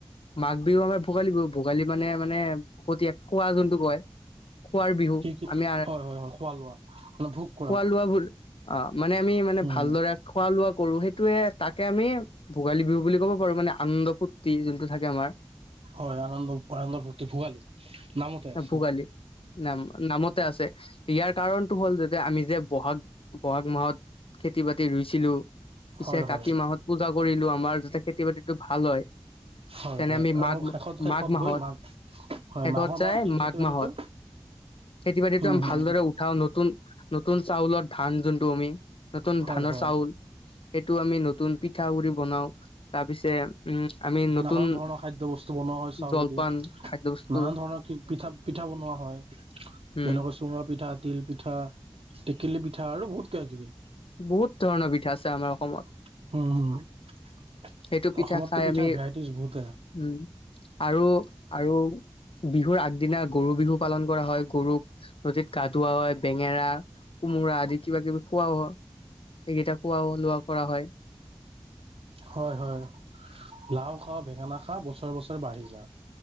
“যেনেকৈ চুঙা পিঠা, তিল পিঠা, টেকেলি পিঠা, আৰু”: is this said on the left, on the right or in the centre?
Right